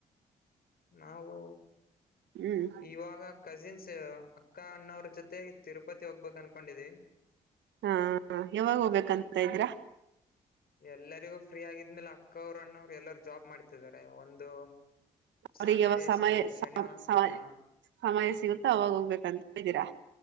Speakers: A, on the left; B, on the right.
A: ನಾವು
B: ಹ್ಮ್
A: ಇವಾಗ ಕಜಿನ್ಸ್ ಅಕ್ಕ ಅಣ್ಣ ಅವ್ರ ಜೊತೆ ತಿರುಪತಿ ಹೋಗ್ಬೇಕಕ್ ಅನ್ಕೊಂಡಿದ್ವಿ
B: ಹಾ ಯಾವಾಗ ಹೋಗ್ಬೇಕಂತ್ರಾ
A: ಎಲ್ಲರಿಗೂ ಫ್ರೀ ಆಗಿದ್ಮೇಲೆ ಅಕ್ಕವ್ರು ಅಣ್ಣವ್ರು ಎಲ್ಲರು ಜಾಬ್ ಮಾಡ್ತಿದ್ದಾರೆ ಒಂದು ಸ್ಯಾಟರ್ಡೆ
B: ಅವ್ರಿಗೆ ಯಾವಾಗ ಸಮಯ
A: ಸಣ್ ಶನಿವಾರ
B: ಸಮಯ
A: ಹಾ
B: ಸಮಯ ಸಿಗುತ್ತೋ ಅವಾಗ ಹೋಗ್ಬೇಕಂತ್ದೀರಾ